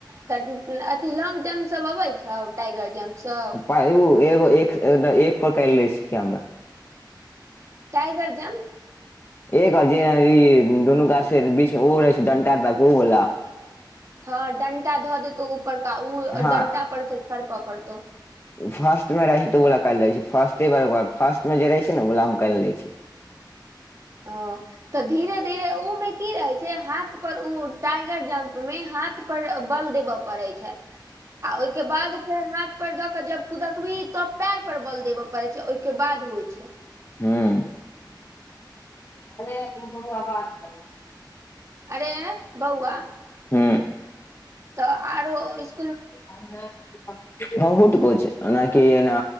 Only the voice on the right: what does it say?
तऽ अथी लौंग जम्प सब अबय छो टाइगर जम्प सब
टाइगर जम्प
हं डंटा धऽ देतहु ऊपरका, उ
डंटा पर स छड़प पड़तौ।
ओ तऽ धीरे धीरे उ मे की रहे छै, हाथ पर उ टाइगर जम्प मे हाथ पर बल देब पड़ै छै, आ ओहिके बाद फेर हाथ पर दक जब कुदकभी तब पैर पर बल देबे पड़े छै, ओहिके बाद उ होइ छै।
अरे बौआ
तऽ आरो इस-